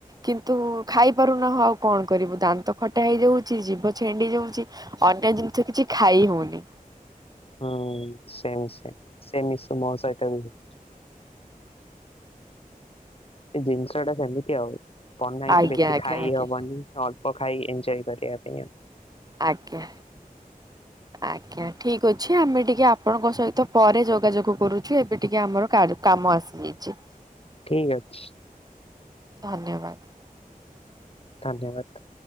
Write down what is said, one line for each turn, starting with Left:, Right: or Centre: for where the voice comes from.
Right: କିନ୍ତୁ ଖାଇ ପାରୁନାହୁଁ ଆଉ କଣ କରିବୁ ଦାନ୍ତ ଖଟା ହେଇଯାଉଛି ଜୀବ ଛେଣ୍ଡି ଯାଉଛି। ଅନ୍ୟ ଜିନିଷ କିଛି ଖାଇ ହଉନି।
Left: ହୁଁ ସେମ ସେ ସେମ ମିଶି ମୋ ସହିତ ହୁଏ। ଏ ଜିନିଷ ଟା ସେମିତି ଆଉ ବନେଇଚି
Right: ଆଜ୍ଞା
Left: ବେଶି
Right: ଆଜ୍ଞା
Left: ଖାଇ
Right: ଆଜ୍ଞା
Left: ହବନି। ଅଳ୍ପ ଖାଇ ଏନଜୟ କରି ପାଇଁ ଆଉ।
Right: ଆଜ୍ଞା। ଆଜ୍ଞା ଠିକ ଅଛି ଆମେ ଟିକେ ଆପଣଙ୍କ ସହିତ ପରେ ଯୋଗାଯୋଗ କରୁଛୁ ଏବେ ଟିକେ ଆମର କାର୍ କାମ ଆସିଯାଇଛି।
Left: ଠିକ୍ ଅଛି।
Right: ଧନ୍ୟବାଦ।
Left: ଧନ୍ୟବାଦ।